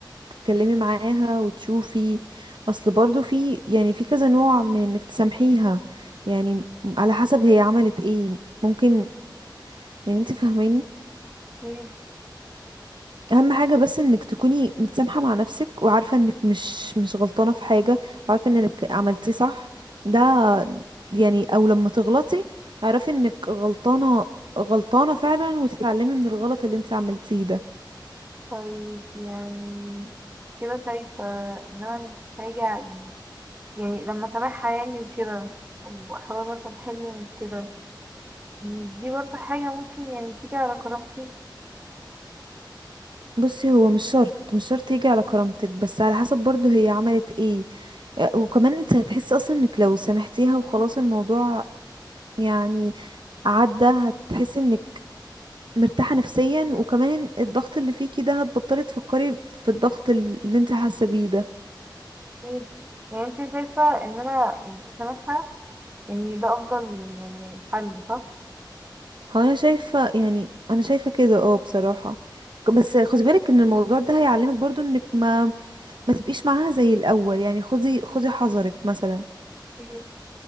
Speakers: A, on the right (about 75°); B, on the right (about 25°).
A: تتكلمي معاها وتشوفي اصل برضو في يعني في كذا نوع من انك تسامحيها يعني على حسب هي عملت ايه ممكن يعني انت فاهماني
B: أكيد
A: اهم حاجة بس انك تكوني متسامحة مع نفسك وعارفة انك مش مش غلطانة في حاجة وعارفة انك عملتي صح ده يعني او لما تغلطي اعرفي انك غلطانة غلطانة فعلا وتتعلمي من الغلط اللي انت عملتيه ده
B: طيب يعني كده شايفة إن أنا مش هاجي ع- يعني يعني لما سامعها يعني وكده وأحاول مثلا أحل المشكلة مش دي برضه حاجة ممكن يعني تيجي على كرامتي
A: بصي هو مش شرط مش شرط يجي على كرامتك بس على حسب برضه هي عملت ايه آه، وكمان انت هتحسي اصلا انك لو سامحتيها وخلاص الموضوع يعني عدى هتحسي انك مرتاحة نفسيا وكمان الضغط اللي فيكي ده هتبطلي تفكري في الضغط اللي انت حاسة بيه ده
B: إيه؟ يعني أنت شايفة إن أنا يعني أسامحها يعني ده أفضل يعني حل صح؟
A: هو انا شايفة يعني انا شايفة كده اه بصراحة ك- بس خدي بالك ان الموضوع ده هيعلمك برضو انك ما ما تبقيش معاها زي الاول يعني خدي خدي حذرك مثلا
B: طيب،